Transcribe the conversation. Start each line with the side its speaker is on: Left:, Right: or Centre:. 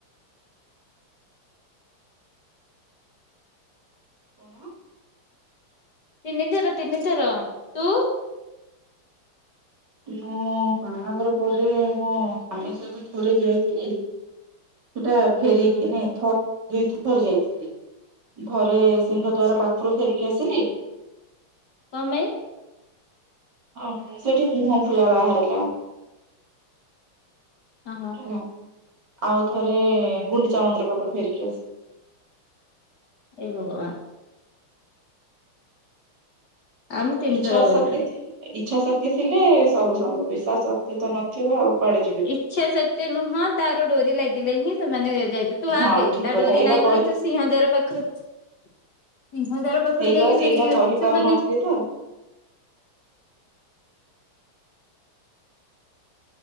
Right: କଣ?
Left: ତିନିଥର ତିନିଥର ତୁ?
Right: ମୁଁ ବାହାଘର ପରେ ମୋ ସ୍ୱାମୀ ସହିତ ଥରେ ଯାଇଥିଲି। ସେଟା ଫେରିକି
Left: ହଁ
Right: ଥ ଦୁଇ ଥର ଯାଇଥିଲି ଥରେ ସିଂଗ
Left: ଆଚ୍ଛା
Right: ଦ୍ୱାର ପାଖରୁ ଫେରିକି ଆସିଲି।
Left: କଣ ପାଇଁ?
Right: ଆ ମ ସେଇଠି ମୁହଁ ଫୁଲା ବାହାରିଲା।
Left: ଓହୋ।
Right: ହେଲା। ଆଉ ଥରେ ଗୁଣ୍ଡିଚା ମନ୍ଦିର ପାଖରୁ ଫେରିକି ଆସି
Left: ଏ ଭଗବାନ୍। ଆମେ ତିନିଥର
Right: ଇଛା
Left: ଗଲେଣି।
Right: ଶକ୍ତି ଇଚ୍ଛା ଶକ୍ତି ଥିଲେ ସବୁ ସମ୍ଭବ ଇଛା ଶକ୍ତି ତ ନଥିବ ଆଉ କୁଆଡେ ଯିବ।
Left: ଇଚ୍ଛା ଶକ୍ତି ନୁହଁ ତାର ଡୋରି ଲାଗିଲେ ହିଁ ସେମାନେ ଯାଇ ତୁ ଆପେ
Right: ହଁ ଠିକ
Left: ତା
Right: କଥା
Left: ଡୋରି
Right: ଏଇଟା
Left: ନାହିଁ
Right: କହି
Left: ବୋଲି ତୁ ସିଂହଦାର ପାଖରୁ ସିଂହ ଦାର ପାଖରେ
Right: ସେଇଟା
Left: ଯାଇକି
Right: ସେଇଟା
Left: ଫେରିକି
Right: କହିପାରୁନଥିଲି
Left: ଆସୁଛୁ ମାନେ
Right: ତ